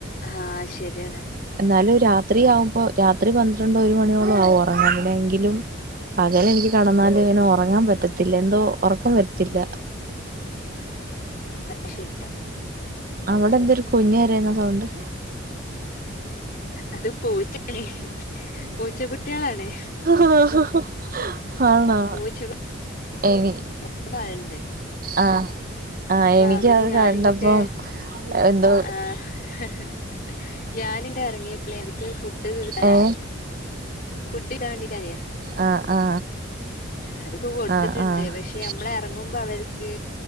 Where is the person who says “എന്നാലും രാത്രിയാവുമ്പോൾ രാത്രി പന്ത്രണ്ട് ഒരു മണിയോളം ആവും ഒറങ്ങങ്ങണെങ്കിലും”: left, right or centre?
Right